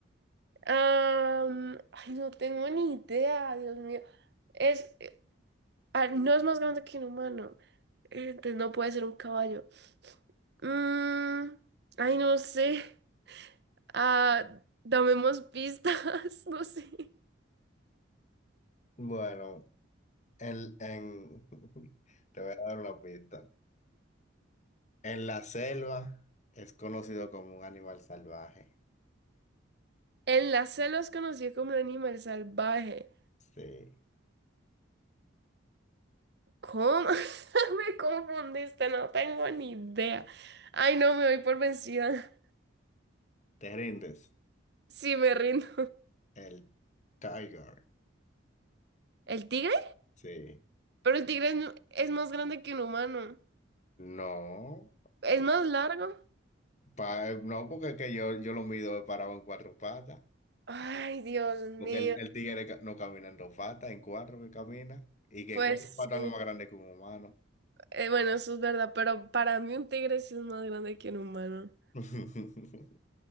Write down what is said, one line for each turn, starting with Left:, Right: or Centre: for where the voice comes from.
Right: Am, ay, no tengo ni idea, Dios mío. Es, eh, ah, no es más grande que un humano. Eh, Entonces no puede ser un caballo. Mm, ay, no sé. Ah, damemos pistas, <laughs> no sé.
Left: Bueno, en, en... <laughs> te voy a dar una pista. En la selva es conocido como un animal salvaje.
Right: En la selva es conocido como un animal salvaje.
Left: Sí.
Right: ¿Cómo? <laughs> Me confundiste, no tengo ni idea. Ay, no, me voy por vencida.
Left: ¿Te rindes?
Right: Sí, me rindo.
Left: El tiger.
Right: ¿El tigre?
Left: Sí.
Right: Pero el tigre es, mu- es más grande que un humano.
Left: No.
Right: ¿Es más largo?
Left: Pa- no, porque es que yo, yo lo mido parado en cuatro patas.
Right: Ay, Dios mío.
Left: Porque el, el tigre ca- no camina en dos patas, en cuatro que camina. Y que
Right: Pues
Left: en cuatro patas
Right: sí.
Left: no es más grande que un humano.
Right: Eh, bueno, eso es verdad, pero para mí un tigre sí es más grande que un humano.
Left: <laughs>